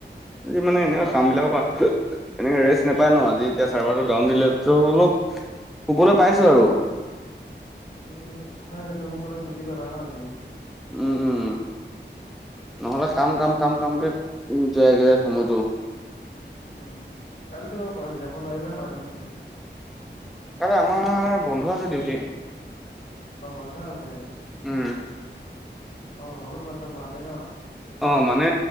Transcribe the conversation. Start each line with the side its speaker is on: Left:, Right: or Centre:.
Centre: আজি মানে এনে
Left: অ'।
Centre: কাম বিলাকৰ পা- এনেকে ৰেষ্ট নাপায় ন আজি এতিয়া চাৰ্ভাৰটো ডাউন দিলেতো অলপ শুবলৈ পাইছোঁ আৰু।
Left: উম' হয় সেইটো সোনকালে ছুটি পালা ন আজি।
Centre: উম উম' নহ'লে কাম কাম কাম কামকে যায়গে সময়টো।
Left: উম উম' কাইলেতো পথাত যাব নোৱাৰিবা হপাই তুমি।
Centre: কাইলে আমাৰ বন্ধ আছে ডিউটি।
Left: অ বন্ধ আছে।
Centre: উম'
Left: অ বহুত বন্ধ পাৱ দেই ন।
Centre: অ মানে